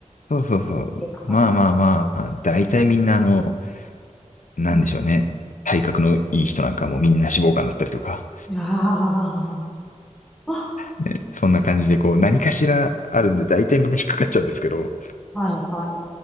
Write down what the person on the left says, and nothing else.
そうそうそう。
まあまあまあ、大体みんなあの、なんでしょうね。
体格のいい人なんかもうみんな脂肪肝だったりとか、
ね、そんな感じでこう何かしらあるんで大体みんな引っかかっちゃうんですけど、